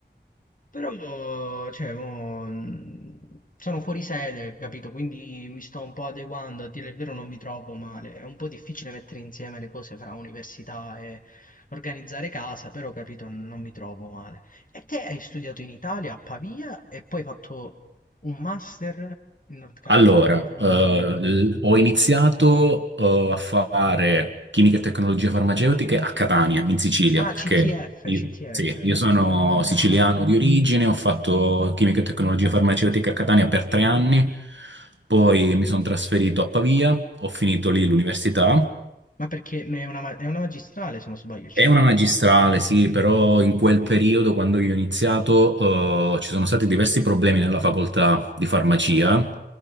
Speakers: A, on the left; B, on the right.
A: Però, mo, cioè, mo, mh, sono fuori sede, capito? Quindi mi sto un po' adeguando, a dire il vero non mi trovo male. È un po' difficile mettere insieme le cose fra università e organizzare casa, però, capito, non mi trovo male. E te hai studiato in Italia, a Pavia, e poi hai fatto un master in North Carolina,
B: Allora,
A: ho capito
B: eh,
A: male.
B: l- ho iniziato, eh, a fare chimica e tecnologie farmaceutiche a Catania, in Sicilia,
A: Ah,
B: perché
A: CTF,
B: io,
A: CTF.
B: sì, io sono
A: Ah,
B: siciliano di origine, ho fatto chimica e tecnologie farmaceutiche a Catania per tre anni, poi mi sono trasferito a Pavia, ho finito lì l'università
A: ma perché ne è una, ma- è una magistrale, se non sbaglio, CTF.
B: È una magistrale, sì, però in quel periodo, quando io ho iniziato, eh, ci sono stati diversi problemi nella facoltà di farmacia,